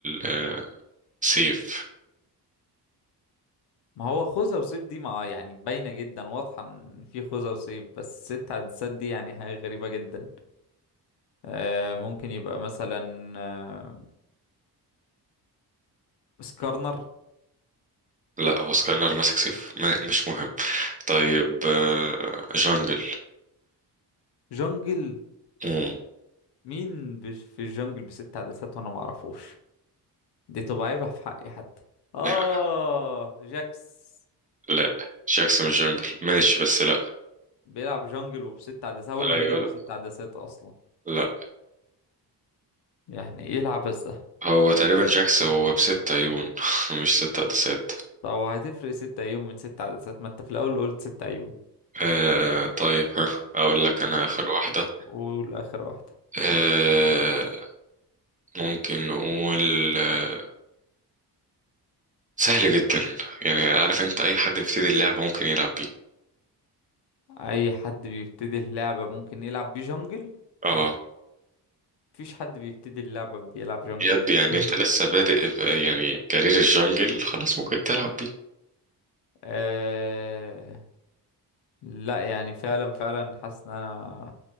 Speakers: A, on the right; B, on the left.
A: آه سيف
B: ما هو خوذة وسيف دي ما يعني باينة جدا واضحة ان في خوذة وسيف بس ست عدسات دي يعني حاجة غريبة جدا آه ممكن يبقى مثلا آه سكارنر
A: لا هو سكانر ماسك سيف ما مش مهم طيب آه جانجل
B: جنجل
A: مم.
B: مين بش- في الجنجل بست عدسات وانا معرفوش دي تبقى عيبة في حقي حتى اه
A: <laughs>
B: جاكس
A: لا جاكسون الجانجل ماشي بس لا
B: بيلعب جنجل وبست عدسات هو
A: ايوه
B: الوحيد اللي
A: لا
B: بست عدسات اصلا
A: لا
B: يعني يلعب بس ده
A: هو تقريبا جاكس هو بست عيون <laughs> مش ست عدسات
B: طب هتفرق ست ايام من ست عدسات ما انت في الاول قلت ست ايام
A: آه طيب ها اقول لك انا اخر
B: و-
A: واحدة
B: و- والاخر واحدة
A: آه ممكن نقول آه سهل جدا يعني عارف انت اي حد بيبتدي اللعبة ممكن يلعب بيه
B: اي حد بيبتدي اللعبة ممكن يلعب بجونجل
A: اه
B: مفيش حد بيبتدي اللعبة بيلعب جونجل
A: بجد
B: في الب...
A: يعني
B: صحيح.
A: انت لسه بادئ ب- يعني كارير الجنجل خلاص ممكن تلعب بيه
B: آه... لا يعني فعلا فعلا حاسس ان انا